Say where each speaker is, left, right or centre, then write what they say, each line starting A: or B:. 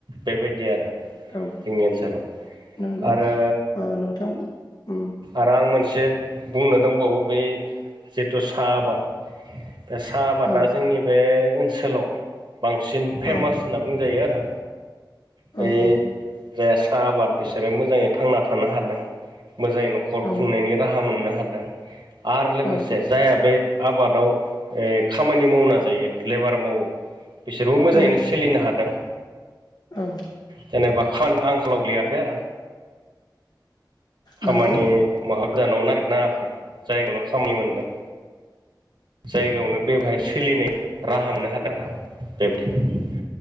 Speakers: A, on the right (about 85°); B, on the left (about 60°).
A: बेबायदि आरो।
B: औ
A: जोंनि ओनसोलाव
B: नंगौ
A: आरो
B: ओ नोंथां उम।
A: आरो आं मोनसे बुंनो दंबावो बै जिथु साहा आबाद बे साहा आबादा
B: औ
A: जोंनि बे ओनसोलाव बांसिन। फेमास
B: औ
A: होनना बुंजायो आरो बै
B: औ
A: जाय साहा आबाद बिसोरो मोजाङै थांना थानो हादों मोजाङै न'खर
B: औ
A: खुंनायनि राहा मोननो हादों आरो लोगोसे
B: औ
A: जायहा बे आबादाव खामानि मावना जायो लेबार मावो बिसोरबो मोजाङैनो
B: औ
A: सोलिनो हादों।
B: औ
A: जेनेबा आंखालाव गैयाखै आरो खामानि
B: नंगौ
A: माबा गोजानाव नागिरनााङाखै जायगायावनो खामानि मोनदों। जायगायावनो बे बहाय सोलिनाय राहा मोननो हादों बेबायदि